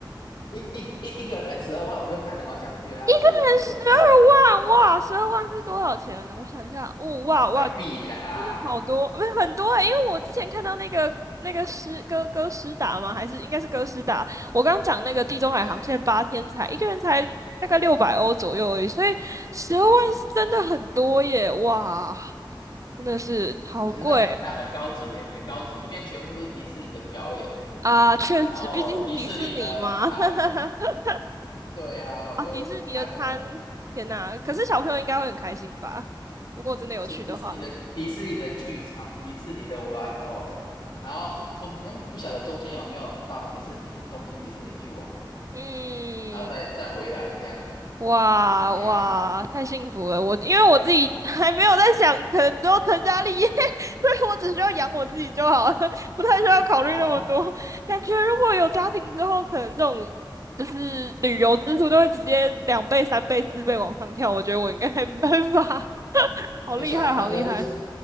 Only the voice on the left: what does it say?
一一个一一个人十二万，我就看着好想去啊，
带小朋友去这样，
还必啦，
哎，
可是那那很高级耶，很高级，里面全部都是迪士尼的表演，
然后迪士尼的餐，
对啊，我就看了。
而且迪士尼的迪士尼的剧场、迪士尼的玩偶，然后说，哎，我不晓得中间有没有到迪士尼、东京迪士尼去玩，
然后再再回来这样子。
哎呀，
哦，
那算那个是